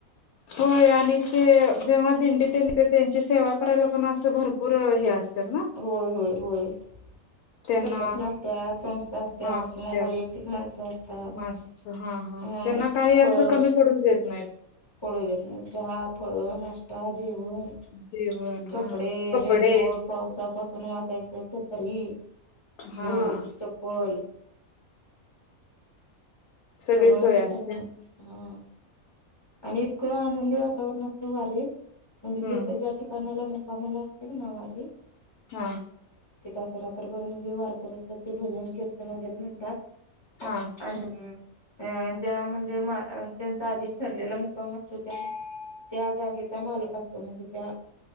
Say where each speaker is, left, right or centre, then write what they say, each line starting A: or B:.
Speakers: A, on the left; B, on the left.
A: होय आणि ते जेव्हा दिंडीत ते त्यांची सेवा करायला पण असं भरपूर हे असतं ना
B: होय होय होय
A: त्यांना
B: संघटना असतात संस्था असतात
A: हा
B: किंवा
A: त्यात
B: वैयक्तिक माणसं असतात
A: मास्क हा हा
B: ह
A: त्यांना काही असं
B: फळं
A: कमी पडूच देत नाहीत
B: पडू देत नाही चहा फळ नाश्त आता जेवण
A: जेवण हा
B: कपडे,
A: कपडे
B: रेनकोट पावसा पासून वाचायचं छत्री,
A: हा
B: बूट, चप्पल
A: सगळी
B: सगळं
A: सोय
B: हे
A: असते.
B: त्यांना हा. आणि इतकं आनंदी वातावरण असतं वारीत म्हणजे जिथ
A: हम्म
B: ठिकाणाला मुकामल असते कणा वारी
A: हा!
B: तीथ आस रात्रभर म्हणजे वारकर असतात ते भजन कीर्तन वगैरे म्हणतात
A: हा!
B: आणि अ ज्या म्हणजे त्यांचा आधी ठरलेला मुक्काम असतो त्या त्या जागेचा मालक असतो म्हणजे त्या